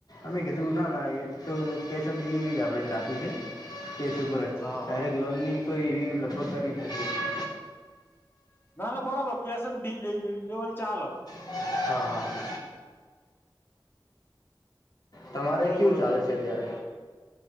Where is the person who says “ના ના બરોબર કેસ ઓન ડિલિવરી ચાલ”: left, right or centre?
Left